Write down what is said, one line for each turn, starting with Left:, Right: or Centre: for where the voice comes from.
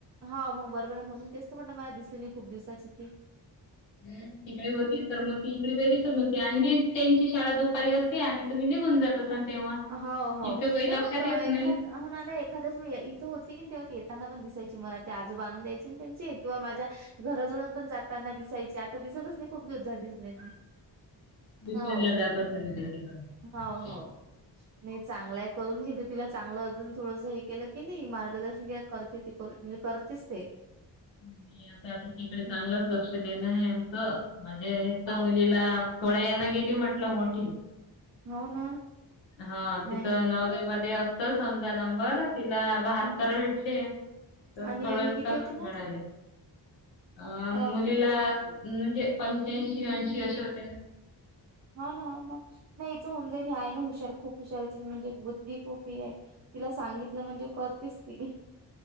Right: हा मग बरोबर आहे म्हणून तेच तर म्हटलं मला दिसले नाही खूप दिवसाची ती
Left: ह तिकडे होती तर
Right: हम्म.
Left: मग ती इकडे काही दिसत नव्हती आणि ती त्यांची शाळा दुपारी असते आणि तुम्ही निघून जात असाल तेव्हा
Right: हो हो
Left: इतकं काही
Right: नाही
Left: लक्षात
Right: मग
Left: येत
Right: एखाद
Left: नाही
Right: होणा नाही एखादच म इथं होती की तेव्हा येताना पण दिसायची मला ते आजोबा आणून द्यायचे ना त्यांचे किंवा माझ्या घराजवळून पण जाताना दिसायची. आता दिसतच नाही खूप दिवस झाले, दिसली नाही.
Left: ट्युशन
Right: हो
Left: ला जात असेल ती तिकडं
Right: हो हो. नाही चांगल आहेत करून घेते तिला चांगलं अजून थोडस हे केलं की नाही मार्गदर्शन केलं की करते ती कर म्हणजे करतेच ते
Left: आणि आता तिच्याकडे चांगलंच
Right: हम्म.
Left: लक्ष देणं आहे आमचं म्हणजे एक तर
Right: हो
Left: मुलीला थोड्या याना गेली म्हटलं मोठी
Right: हो ना
Left: हा
Right: नाही
Left: तिथं नवोदयमध्ये असतं समजा नंबर तिला बहात्तर
Right: हं.
Left: भेटलीय तर
Right: आणि
Left: थोडं
Right: हे किती
Left: कमी
Right: होतं मग
Left: आले अन्
Right: अ
Left: मुलीला म्हणजे पंच्याऐंशी ऐंशी अशे होते ना
Right: हाव ना हो ना नाही इचं होऊ जाईन ही आहे ना हुशार खूप हुशारच आहे म्हणजे बुद्धी कुठे आहे तिला सांगितलं म्हणजे करतेच ती